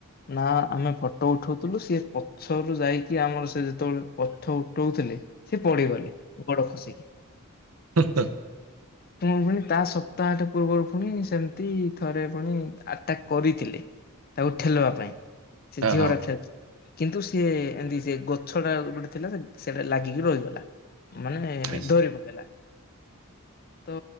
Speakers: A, on the left; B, on the right.
A: ନା ଆମେ ଫଟୋ ଉଠଉଥିଲୁ ସିଏ ପ ସରରୁ ଯାଇକି ଆମର ସେ ଯେତେବେଳେ ପଥ ଉଠଉଥିଲେ ସେ ପଡ଼ିଗଲେ ଗୋଡ଼ ଖସିକି।
B: ହୁ ହ।
A: ପୁଣି ପୁଣି ତା ସପ୍ତାହଟା ପୂର୍ବରୁ ପୁଣି ସେମିତି ଥରେ ପୁଣି ଆଟାକ୍ କରିଥିଲେ। ତାକୁ ଠେଲଦବା ପାଇଁ ସେ
B: ହଁ
A: ଝିଅ
B: ହଁ
A: ଟା ଠେଲ୍ କିନ୍ତୁ ସିଏ ଏମିତି ସେ ଗଛ ଟା ଗୋଟେ ଥିଲା ସେଟା ଲାଗିକି ରହିଗଲା। ମାନେ
B: ହଁ
A: ଧରି ପକେଇଲା। ତ